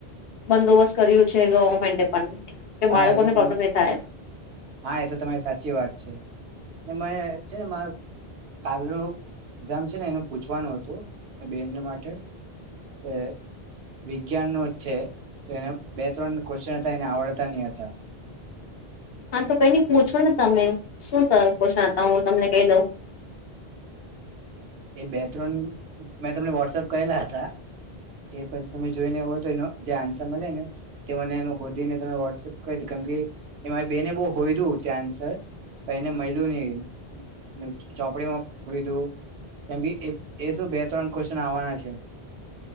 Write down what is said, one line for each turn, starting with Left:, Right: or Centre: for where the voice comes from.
Left: બંદોબસ્ત કર્યું છે ગવર્મેન્ટે પણ કે
Right: હા
Left: બાળકોને
Right: એ તો તમેં,
Left: પ્રોબ્લેમ નહી થાય
Right: હા એ તો તમારી સાચી વાત છે. એને છે ને માર કાલનું એક્ઝામ છે ને એનું પૂછવાનું હતું મરી બેનને માટે. એ વિજ્ઞાન નું જ છે તો એને બે ત્રણ ક્વોશ્ચન હતા એને આવડ હતા.
Left: હા તો કઈ ની પૂછો ને તમે શું સ કોષણતા, હું તમને કઈ દઉં.
Right: એ બે ત્રણ મેં તમને વૉટ્સએપ કરેલા હતા. એ પછી તમે જોઈ ને એવું હો તો એનો જે આન્સર મલેને, તે મને એના હોધીને તમે વૉટ્સએપ કરીડ કાન કે એ મારી બેને બહુ હોયદું ચાન્સર પળ એને મૈલુ ની, મ ચોપડીમાં હોઇધું કેમ કે એ એ શું બે ત્રણ ક્વોશ્ચન આવાના છે.